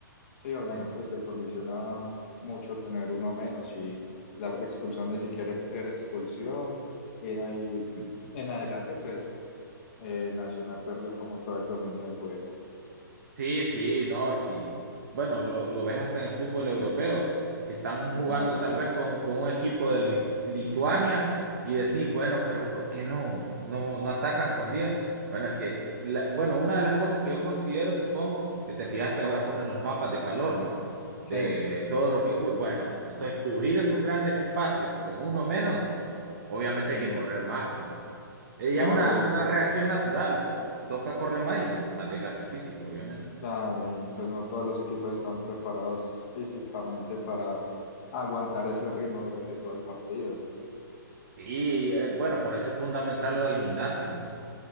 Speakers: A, on the left; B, on the right.
A: sí, obviamente
B: En-
A: te condiciona mucho tener uno menos y la expulsión ni siquiera ex- era expulsión. Y de ahí <clears throat> en adelante, pues eh, Nacional perdió como todo el dominio del juego.
B: Sí, sí, no, sí. Bueno, lo, lo ves hasta en el fútbol europeo, que están jugando
A: Claro,
B: tal vez con, con un equipo de Lui- Lituania y decís, bueno, pero ¿por qué no, no, no atacan con diez Bueno, es que, la- bueno, una de las cosas que yo considero, supongo, que te fijas que ahora ponen los mapas de calor, ¿no? De
A: sí,
B: todo lo que... cu- Bueno, entonces cubrir esos grandes espacios con uno menos, obviamente
A: sí,
B: hay que correr más, pues, Ella
A: claro.
B: es una, una reacción natural, pues. Toca correr más y más desgaste físico, obviamente.
A: Claro, y pues no todos los equipos están preparados físicamente para aguantar ese ritmo durante todo el partido.
B: Sí, eh, bueno, por eso es fundamental lo del gimnasio, pues.